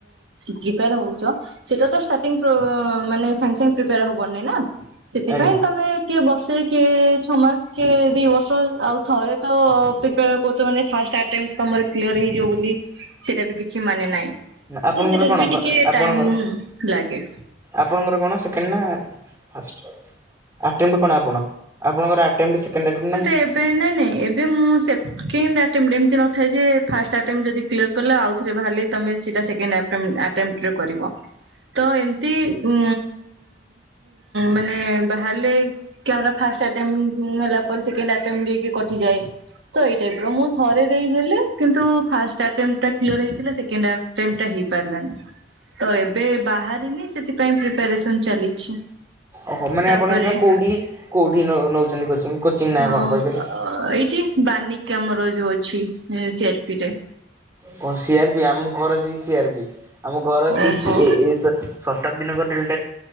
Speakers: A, on the right; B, on the right.
A: ପ୍ରିପେୟାର ହେଉଛ। ସେଇଟା ତ ଷ୍ଟାର୍ଟିଂ ମାନେ ସାଙ୍ଗେ ସାଙ୍ଗେ ପ୍ରିପେୟାର ହବନିଁ ନା? ସେଥିପାଇଁ
B: ଆଜ୍ଞା
A: ତମେ କିଏ ବର୍ଷେ କିଏ ଛଅ ମାସ କିଏ ଦି ବର୍ଷ ଆଉ ଥରେ ତ ପ୍ରିପ୍ୟାର କରୁଛ ମାନେ ଫାଷ୍ଟ ଆଟେଣ୍ଟ ଟ ତମର କ୍ଲିୟର ହେଇଯିବ ବୋଲି। ସେଟା ବି କିଛି ମାନେ ନାହିଁ
B: ଆପଣଙ୍କର
A: ତ ସେଟାରେ
B: କଣ
A: ବି ଟିକେ
B: ଆପଣଙ୍କର
A: ଟାଇମ ଲାଗେ।
B: ଆପଣଙ୍କର କଣ ସେକେଣ୍ଡ ନା ଫାଷ୍ଟ ଆଟେମ୍ନେଣ୍ଟ କଣ ଆପଣ ଆପଣଙ୍କର ସେକେଣ୍ଡ ଆଟେମ୍ନେଣ୍ଟ।
A: ଏ ନାଇଁ ନାଇଁ ଏବେ ମୁଁ ସେକେଣ୍ଡ ଏମତି ନଥାଏ ଯେ ଫାଷ୍ଟ ଆଟେମଟ ଯଦି କ୍ଲିୟର କଲେ ଆଉଥରେ ବାହାରିଲି ତମେ ସେଇଟା ସେକ ଆଟେମଟ କରିବ। ତ ଏମତି ଉ ମାନେ ବାହାରିଲେ। କାହାର ଫାଷ୍ଟ ଆଟେମଟ ହେଲା ପରେ ସେକେଣ୍ଡ ଆଟେମ୍ନେଣ୍ଟ କଟିଯାଏ। ତ ଏଇ ଟାଇପ ର ମୁଁ ଥରେ ଦେଇି କିନ୍ତୁ ଫାଷ୍ଟ ଆଟେମ୍ଟା କ୍ଲିୟର ହେଇଥିଲା ସେକଣ୍ଡ ସେକେଣ୍ଡ ଟା ହେଇପାରିଲାନି। ତ ଏବେ ବାହାରିନି ସେଥିପାଇଁ ପ୍ରିପାରେସନ ଚାଲିଛି।
B: ଓହ ମାନେ
A: ତାପରେ
B: ଆପଣ ଏଟା କୋଉଠି କୋଉଠି ନଉଛନ୍ତି କୋଚିଂ। ନାଁ
A: ଅ
B: କଣ କହିପାରିବେ
A: ଏଇଠି ବାନିକ ଆମର ଯୋଉ ଅଛି ସିଆରପିରେ।
B: କଣ ସିଆରପି ଆମ ଘର ସେଇ ସିଆରପି ଆମ ଘର ସେଇ
A: ଓହୋ
B: ଏ ଶତାକ୍ଦିନ କ ଡ୍ରିଲ।